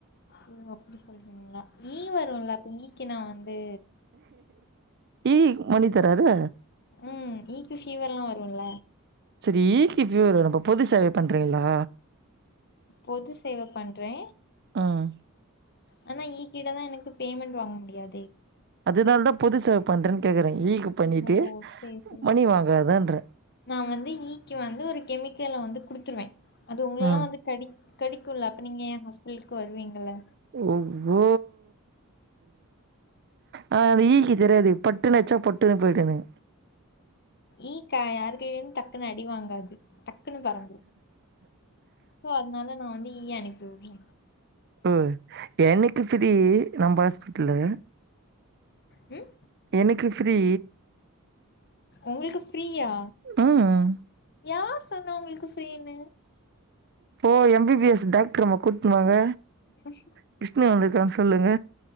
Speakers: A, on the left (about 50°); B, on the right (about 50°).
A: ஓ அப்டி சொல்றிங்ளா ஈ வருல்ல அப்ப ஈக்கு நா வந்து
B: ஈ மனிதரா அது
A: ம் ஈக்கு ஃபீவர்லா வருல்ல
B: சரி ஈக்கு ஃபீவர் வரு அப்ப பொது சேவை பண்றிங்ளா
A: பொது சேவ பண்றே
B: ம்
A: ஆனா ஈ கிட்டதா எனக்கு பேமெண்ட் வாங்க முடியாதே
B: அதனாலதா பொது சேவ பண்றேன் கேக்கற ஈக்கு பண்ணிட்டு
A: ஓ சேரி சேரி
B: மணி
A: சேரி
B: வாங்காதன்ற
A: நா வந்து ஈ க்கு வந்து ஒரு கெமிக்கல வந்து குடுத்துருவே அது உங்களலா
B: ம்
A: வந்து கடிக் கடிக்குல அப்ப நீங்க எ ஹாஸ்பிட்டலுக்கு வருவிங்கல்ல
B: ஒ ஓ ஆனா அது ஈக்கி தெரியாதே பட்டுன்னு அச்சா பொட்டுன்னு போயிடுமே
A: ஈ க யார் கைலயு டக்குன்னு அடி வாங்காது டக்குனு பறந்துரு சோ அதனால நா வந்து ஈய அனுப்பி உடறே
B: ம் எனக்கு ஃப்ரீ நம்ம ஹாஸ்பிட்டலு
A: ம்
B: எனக்கு ஃப்ரீ
A: உங்களுக்கு ஃபிரியா
B: ம்
A: யார் சொன்னா உங்களுக்கு ஃப்ரீனு
B: போ எம் பி பி எஸ் டாக்டரம்மா கூட்னு வாங்க
A: <inaudible>
B: கிருஷ்ண வந்திருக்கான் சொல்லுங்க